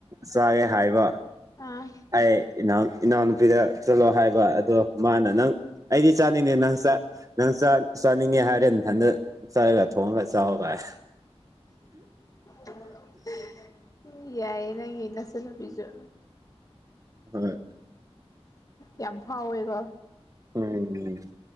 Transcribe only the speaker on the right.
ꯆꯥꯒꯦ ꯍꯥꯏꯕ
ꯑꯩ ꯏꯅꯥꯎ ꯏꯅꯥꯎꯅꯨꯄꯤꯗ ꯆꯠꯂꯣ ꯍꯥꯏꯕ ꯑꯗꯣ ꯃꯥꯅ ꯅꯪ ꯑꯩꯗꯤ ꯆꯥꯅꯤꯡꯉ ꯅꯪ ꯅꯪꯥꯛ ꯆꯠꯅꯤꯡꯉꯦ ꯍꯥꯏꯔꯦꯊꯟꯗꯛ ꯆꯠꯂꯒ ꯊꯣꯡꯉꯒ ꯆꯥꯎꯔꯒ
ꯍꯣꯏ
ꯎꯝ